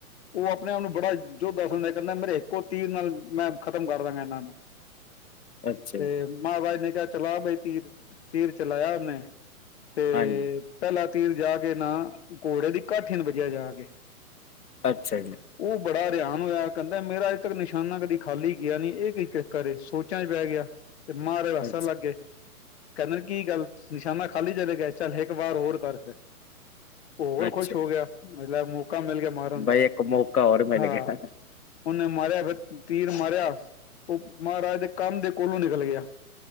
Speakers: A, on the left; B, on the left.
A: ਉਹ ਆਪਣੇ-ਆਪ ਨੂੰ ਬੜਾ ਜੋਧਾ ਸਮਝਦਾ ਸੀ, ਕਹਿੰਦਾ ਮੇਰੇ ਇੱਕੋ ਤੀਰ ਨਾਲ ਮੈਂ ਖ਼ਤਮ ਕਰਦਾਂ ਗਾ ਇਹਨਾਂ ਨੂੰ,
B: ਅੱਛਾ
A: ਤੇ
B: ਜੀ
A: ਮਹਾਬਾਜ ਨੇ ਕਿਹਾ ਚਲਾ ਬਈ ਤੀਰ, ਤੀਰ ਚਲਾਇਆ ਉਹਨੇ, ਤੇ
B: ਹਾਂਜੀ
A: ਪਹਿਲਾ ਤੀਰ ਜਾ ਕੇ ਨਾ, ਘੋੜੇ ਦੀ ਕਾਠੀ ਨੂੰ ਵਜਿਆ ਜਾ ਕੇ
B: ਅੱਛਾ ਜੀ।
A: ਉਹ ਬੜਾ ਹਰਿਆਨ ਹੋਇਆ, ਕਹਿੰਦਾ ਮੇਰਾ ਅੱਜ ਤੱਕ ਨਿਸ਼ਾਨਾ ਕਦੀ ਖਾਲੀ ਗਿਆ ਨੀ ਏ ਕਿ ਚਕਰ ਏ ਸੋਚਾਂ ਚ ਪੈ ਗਿਆ ਤੇ ਮਾਰਾਜ ਵੱਸਣ
B: ਅੱਛਾ
A: ਲੱਗ ਗੇ। ਕੈੰਂਦੇ ਨ ਕੀ ਗੱਲ ਨਿਸ਼ਾਨਾ ਖਾਲੀ ਚਲੇ ਗਏ ਚੱਲ ਇੱਕ ਵਾਰ ਹੋਰ ਕਰ ਫਿਰ ਹੋਰ
B: ਅੱਛਾ
A: ਖੁਸ਼ ਹੋ ਗਿਆ ਮਤਲਬ ਲੈ ਮੌਕਾ ਮਿਲ ਗਿਆ ਮਾਰਨ
B: ਬਾਈ
A: ਦਾ
B: ਇੱਕ ਮੌਕਾ ਹੋਰ ਮਿਲ
A: ਹਾਂ
B: ਗਿਆ
A: ਓਨੇ ਮਾਰਿਆ ਫੇ ਤੀਰ ਮਾਰਿਆ ਉਹ ਮਹਾਰਾਜ ਦੇ ਕੰਮ ਦੇ ਕੋਲੋਂ ਨਿਕਲ ਗਯਾ